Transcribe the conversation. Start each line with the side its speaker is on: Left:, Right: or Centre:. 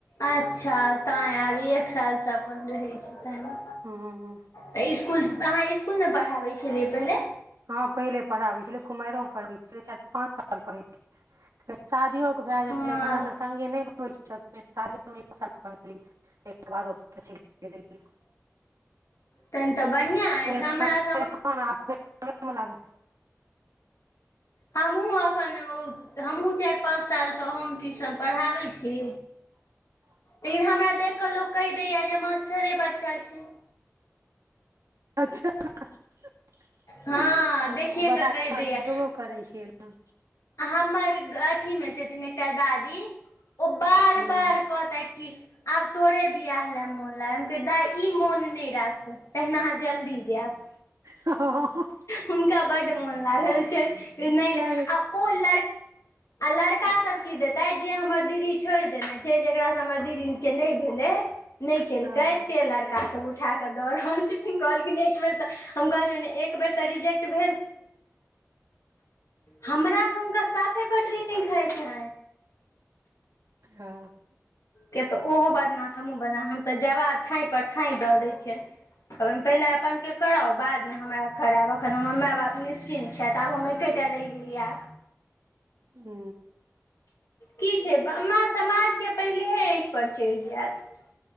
Left: अच्छ तैं आब इ एक सालसँ अपन रहै छै तैं
Right: हूँ
Left: तऽ स्कूल अहाँ स्कूल में पढ़ाबै छलियै पहिले
Right: हा पहिले पढ़ावे छलियै कुमारियो मे पढ़बै छैलियै चार पांच साल पढ़लियै फेर शादिओे क भए
Left: हँ
Right: गेलै तऽ हमरा सभके संगे होइ छै फेर <inaudible> शादियों के एक साल बाद पढ़ेलियै ताहिके बाद ओत चलि गेलियै
Left: तहन तऽ बढ़िआँ
Right: फेर
Left: अछि
Right: एखन
Left: हमरा '
Right: एखन आब <inaudible> फेर उहे मे लागब
Left: हमहुं एखन हमहुं चारि पाँच सालसँ होम ट्यूशन पढ़ाबै छी
Right: <inaudible>
Left: लेकिन हमरा देखि कऽ लोक कहि दैय जे मास्टरे बच्चा छै
Right: अच्छा आओ
Left: हँ देखिए
Right: बच्चा
Left: कऽ
Right: <inaudible> अहां
Left: कहि दैए
Right: लगबो करै छियै ने
Left: हमर अथीमे छथिन एकटा दादी ओ बार
Right: हूँ
Left: बार कहतै कि आब तोरे बियाह ले मोन दाई ई मोन नहि राखू तहिन अहाँ जल्दी जायब
Right: ह <unintelligible>
Left: हुनका बड मन लागल छै नहि
Right: किया
Left: नहि लड़का की देतथ जे हमर दीदी छोड़ि देना छै जकरासँ हमर दीदीे नहि भेलै नहि केलकै
Right: हँ
Left: से लड़कासभ उठा कऽ दऽ रहल छथिन कहलखिन एक बेर तऽ ' हम कहलियै ने एक बेर तऽ रिजेक्ट भेल छै हमरासँ हुनका साफे पटरी नहि खाइ छै
Right: हा
Left: तऽ ओहो बदमाश हमहूँ बद हम तऽ जवाब ठाँंप पर ठाँइ दऽ दै छियनि त अपन पहिल अपन के कर <unintelligible> बादमे हमरा करायब एखन हमर माय बाप निश्चिन्त छथि आब हम एकेटा रहि गेलियै
Right: हू
Left: की छै मां समाजके पहिलेहे आँखिपर चढ़ि जायब